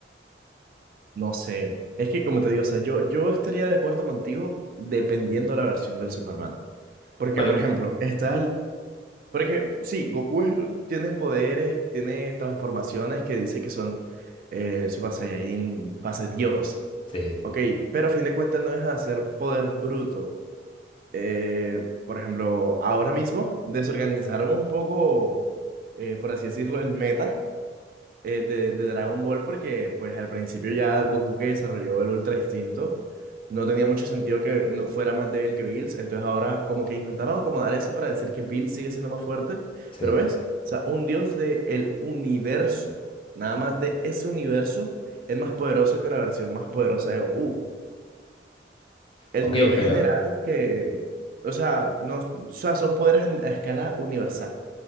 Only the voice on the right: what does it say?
No sé, es que como te digo, o sea, yo, yo estaría de acuerdo contigo dependiendo de la versión del Superman. Porque,
por ejemplo, está el... Porque sí, Goku es- tiene poderes, tiene transformaciones que dice que son eh, Super Saiyajin, fase Dios.
Ok, pero a fin de cuentas no es hacer poder bruto. Eh, por ejemplo, ahora mismo desorganizaron un poco, eh, por así decirlo, el meta eh, de, de Dragon Ball porque pues al principio ya Goku que desarrolló el Ultra Instinto no tenía mucho sentido que no fuera más débil que Bills, entonces ahora como que intentaron acomodar eso para decir que Bills sigue siendo más fuerte,
pero ves, o sea, un dios del universo, nada más de ese universo, es más poderoso que la versión más poderosa de Goku. El
dios
general que, o sea, no, o sea, son poderes a a escala universal,